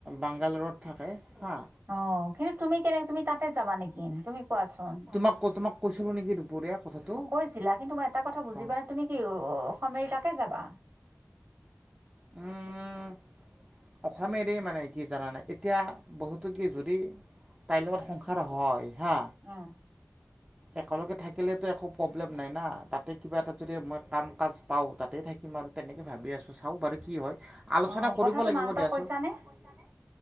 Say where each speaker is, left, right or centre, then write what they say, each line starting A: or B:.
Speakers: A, on the right (about 20°); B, on the right (about 45°).
A: বাংগালোৰত থাকে হা।
B: অ, কিন্তু তুমি কেনে তুমি তাতে যাবা নেকি তুমি কোৱাচোন।
A: তোমাত ক' তোমাক কৈছিলোঁ নেকি দুপৰীয়া? কথাটো
B: অ, কৈছিলা কিন্তু মই এটা কথা বুজি
A: অঁ
B: পোৱা নাই তুমি কি অসম এৰি তাতে যাবা।
A: আ অসম এৰি মানে কি জনানে, এতিয়া বস্তুটো কি যদি তাইৰ লগত সংসাৰ হয়, হা।
B: অ'।
A: একেলগে থাকিলেতো একো প্ৰব্লেম নাই না, তাতে কিবা এটা যদি মই কাম কাজ পাওঁ, তাতে থাকিম আৰু তেনেকৈ ভাবি আছোঁ চাওঁ বাৰু কি হয়। আলোচনা
B: অ',
A: কৰিব
B: কথাটো
A: লাগিব
B: মাহঁতক
A: দিয়াচোন,
B: কৈছানে?
A: মাহঁতক কৈছা নে?